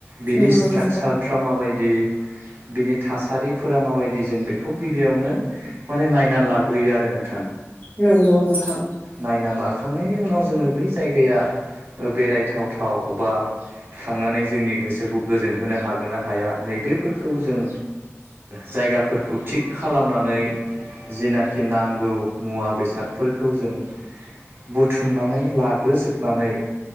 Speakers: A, on the right (about 55°); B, on the left (about 30°).
A: बिनि
B: नंगौ
A: स्ट्राकचारफ्रा
B: नोंथां
A: माबायदि <inaudible> बिनि थासारिफोरा माबायदि जों बेखौ गिबियावनो माने नायनानै लाग्रोयो आरो नों
B: नंगौ नोंथां
A: नायनानै लाखांनायनि उनाव जोङो बै जायगाया बेरायथाव थाव बा थांनानै जोंनि गोसो खौ गोजोन होनो हागोन ना हाया नैबेफोरखौ जों जायगा खौ थिग खालामनानै जिनाखि नांगौ मुवा बेसादफोरखौ जों बुथुमनानै लाग्रोजोबनानै